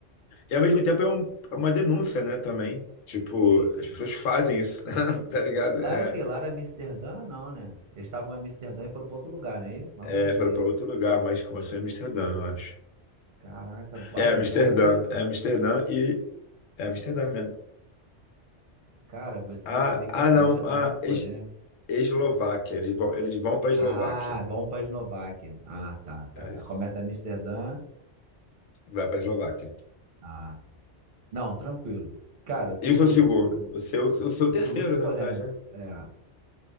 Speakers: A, on the left; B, on the right.
A: e ao mesmo tempo é, um- é uma denúncia, né, também. Tipo,
B: Isso.
A: as pessoas fazem isso, <laughs> tá ligado?
B: Lá
A: É,
B: era o quê? Lá era Amsterdã? Não, né? Eles estavam em Amsterdã e foram para outro lugar, não é isso? Uma
A: é,
B: coisa assim,
A: foram pra
B: né?
A: outro lugar, mas começou em Amsterdã, eu acho.
B: Caraca, vai,
A: É, Amsterdã,
B: boa, hein?
A: é Amsterdã e... É Amsterdã mesmo.
B: Cara, você
A: Ah,
B: vê que
A: ah
B: essa
A: não,
B: lista tá
A: ah,
B: muito polêmica.
A: Es- Eslováquia, eles vão, eles vão pra Eslováquia.
B: Ah, vamos para Eslováquia. Ah, tá, tá.
A: É isso.
B: Começa em Amsterdã.
A: Vai pra Eslováquia.
B: Ah, não, tranquilo. Cara, tu,
A: Isso é o segundo.
B: tu,
A: O seu, o seu terceiro,
B: tu foi muito polêmico.
A: na verdade, né?
B: É,